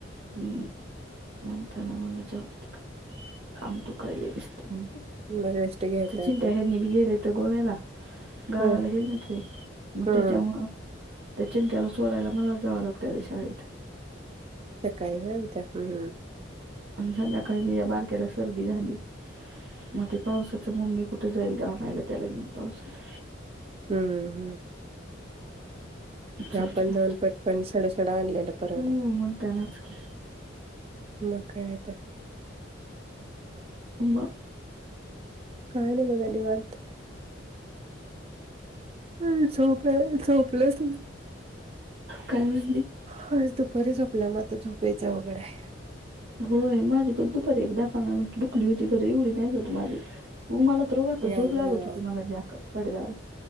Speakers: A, on the right; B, on the right.
A: हम्म. म्हणताना मला जात काम तू अंग दुखायला लागलंय जास्त
B: मग रेस्ट घेता
A: चिंटा
B: येते
A: आहे बी गेले तर गोव्याला. गावाला
B: हा
A: गेल्याय रे मग
B: हा
A: त्याच्यामुळ त्या चिंक्याला सोडायला मला जावं लागतं तेरी शाळेत.
B: ते सकाळी हो त्या हा
A: आणि संध्याकाळी या बारक्याला सर्दी झाली. मग ते पावसाचं मम्मी कुठे जाईल आणायला त्याला घेऊन पावसात.
B: हम्म हम्म ते आपण
A: जाऊदे मग
B: जाऊन पटपण सडसड आणलेलं. परवडते
A: हम्म मग त्यांनच की
B: मग काय येतंय?
A: मग
B: काय नाही बघा निवात. ह झोपलं झोपलंच.
A: काय म्हटली?
B: ह दुपारी झोपल्यामुळे आता झोपयचं अवघड आहे.
A: होय माझी पण दुपारी एक दहा पंधरा मिनिट दुकली होती घर एवढी नाही होत माझी मग मला तर रोख आता
B: मी
A: झोप
B: आज
A: लागत होती मग अकरा साडेदहाला